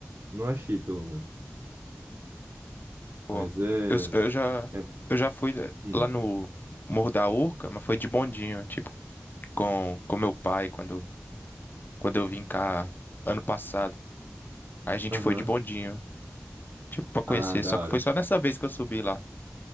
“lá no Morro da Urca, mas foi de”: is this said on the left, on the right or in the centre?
Left